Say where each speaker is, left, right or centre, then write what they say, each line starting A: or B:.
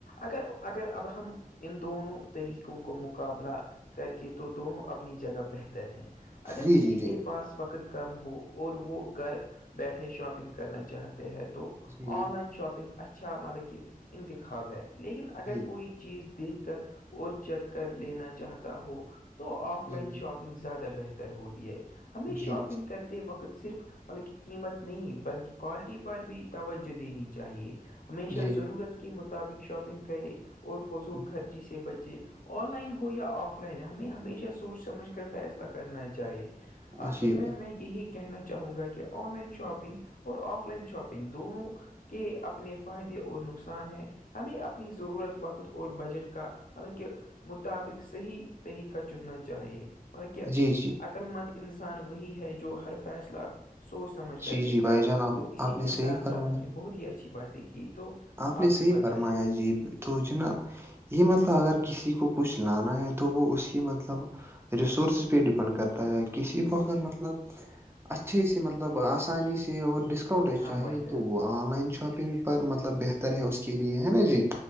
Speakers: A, on the left; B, on the right.
A: اگر اگر اب ہم ان دونوں طریقوں کو مقابلہ کر کے تو دونوں اپنی جگہ بہتر ہیں اگر
B: جی
A: کسی
B: جی جی
A: کے پاس وقت کم ہو اور وہ گھر بیٹھے شاپنگ کرنا چاہتے ہیں تو
B: جی
A: آن لائن شاپنگ اچھا مطلب کہ انتخاب ہے لیکن اگر
B: جی جی
A: کوئی چیز دیکھ کر اور چیک کر لینا چاہتا ہو تو آف
B: جی
A: لائن شاپنگ
B: جی
A: زیادہ بہتر ہوتییا ہے ہمیں
B: جی
A: شاپنگ کرتے وقت صرف مطلہ قیمت نہیں بلکہ کوالٹی پر بھی توجہ دینی چاہیے ہمیشہ
B: جی
A: ضرورت کے مطابق شاپنگ کرے اور فضول
B: جی
A: خرچی سے بچے آن لائن ہو یا آف لائن ہمیں ہمیشہ سوچ سمجھ کر فیصلہ کرنا چاہیے
B: جی
A: آن
B: جی بھائی
A: میں میگ یہی کہنا چاہوں گا کہ آن لائن شاپنگ اور آف لائن شاپنگ دونوں کے اپنے فائدے اور نقصان ہیں ہمیں اپنی ضرورت وقت اور بجٹ کا مطلب کہ مطابق صحیح طریقہ چننا چاہیے مطلب کہ
B: جی جی
A: عقل مند انسان وہی ہے جو ہر فیصلہ سوچ سمجھ کر
B: جی
A: لیتا
B: جی بھائی
A: ہے
B: جان آپ
A: تو اسی
B: آپ نے
A: کے ساتھ
B: صحیح فرمایا
A: ساتھ ہم نے بہت ہی اچھی باتیں کی تو
B: آپ نے
A: بھی
B: صحیح
A: بتائیے
B: فرمایا جی تو جناب یہ مطلب اگر کسی کو کچھ لانا ہے تو وہ اسی مطلب ریسورسز پہ ڈپینڈ کرتا ہے کسی کو اگر مطلب اچھے سے مطلب آسانی سے اور ڈسک اسکاؤنٹ اس
A: ہاں
B: چاہیے
A: بھائی جان
B: تو وہ آن لائن شاپنگ پر مطلب بہتر ہے اس کے لیے ہے نا جی